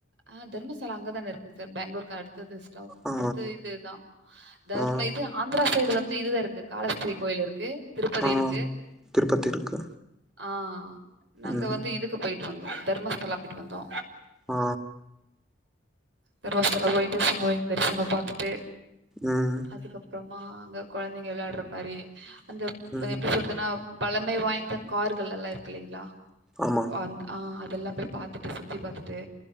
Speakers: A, on the right; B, in the centre.
A: ஆ தர்மசாலா அங்கதான இருக்குங் சார் பேங்ளூர்க்கு அடுத்தது ஸ்டாப்
B: ஆ
A: அடுத்த இதுதா தர்ம
B: ஆ
A: இது ஆந்திரா சைடு வந்து இதுதா இருக்கு காலஹஸ்தி கோயில் இருக்கு திருப்பதி
B: ஆ
A: இருக்கு
B: திருப்பதி இருக்கு
A: ஆ நாங்க
B: ம்
A: வந்து இது க்கு போய்ட்டு வந்தோ தர்மஸ்தலா போய்ட்டு வந்தோ
B: ஆ
A: தர்மஸ்சலா போயிட்டு சாமி தரிசனோ பாத்துட்டு
B: ம்
A: அதுக்கப்றமா அங்க கொழந்தைங்க விளாட்ற மாரி அந்த
B: ம்
A: எப்டி சொல் எதனா பழமை வாய்ந்த கார்கள் எல்லா இருக்கில்லைங்ளா
B: ஆமா
A: அ அதெல்லாம் போய் பாத்துட்டு சுத்தி பாத்தட்டு